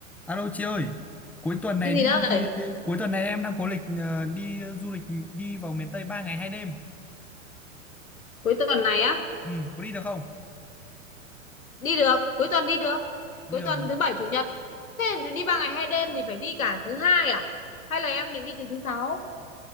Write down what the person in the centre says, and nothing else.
Alo chị ơi, cuối tuần này
đi
cuối tuần này em đang có lịch ờ, đi du lịch đi vào miền Tây 3 ngày 2 đêm.
Ừ, có đi được không?
Đi
được
gì?